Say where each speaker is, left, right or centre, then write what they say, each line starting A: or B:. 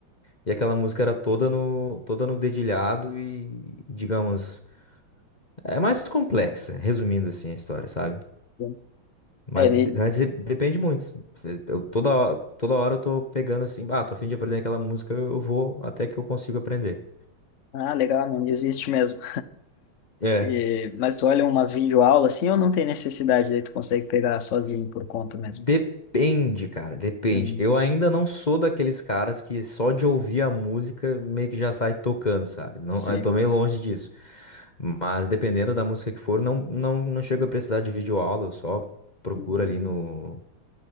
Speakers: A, on the left (about 35°); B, on the left (about 70°).
A: e aquela música era toda no, toda no dedilhado e, digamos, é mais complexa, resumindo assim a história, sabe?
B: bom.
A: Mas,
B: é, ele...
A: de- mas de- depende muito. Eu, toda, ho- toda hora eu tô pegando assim, ah, tô a fim de aprender aquela música, eu vou até que eu consigo aprender.
B: ah, legal, não desiste mesmo.
A: É.
B: E... Mas tu olha umas videoaulas assim, ou não tem necessidade, daí tu consegue pegar sozinho por conta mesmo.
A: Depende, cara, depende.
B: Hum,
A: Eu ainda não sou daqueles caras que só de ouvir a música meio que já sai tocando, sabe? Não,
B: Sim.
A: eu tô meio longe disso. Mas dependendo da música que for, não, não, não chego a precisar de videoaula, eu só procuro
B: Uhum.
A: ali no,